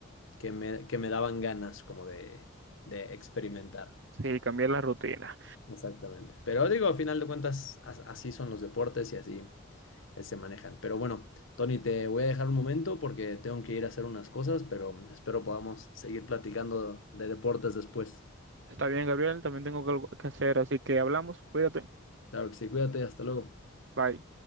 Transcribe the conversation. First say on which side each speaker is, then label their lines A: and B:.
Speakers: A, on the left; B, on the right.
A: que me, que me daban ganas como de, de experimentar.
B: sí, cambié la rutina.
A: Exactamente. Pero digo, a final de cuentas, as- así son los deportes y así, así se manejan. Pero bueno, Tony, te voy a dejar un momento porque tengo que ir a hacer unas cosas, pero espero podamos seguir platicando de deportes después.
B: Está bien, Gabriel, también tengo que algo que hacer, así que hablamos, cuídate.
A: Claro que sí, cuídate, hasta luego.
B: Bye.